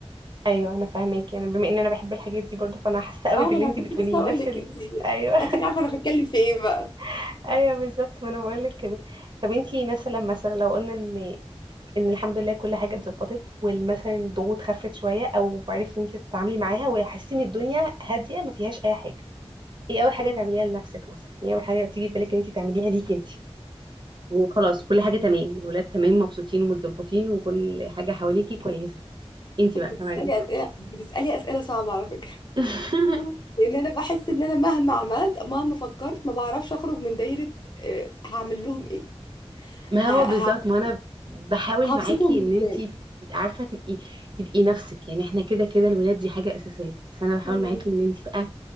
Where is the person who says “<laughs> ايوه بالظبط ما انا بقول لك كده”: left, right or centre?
Right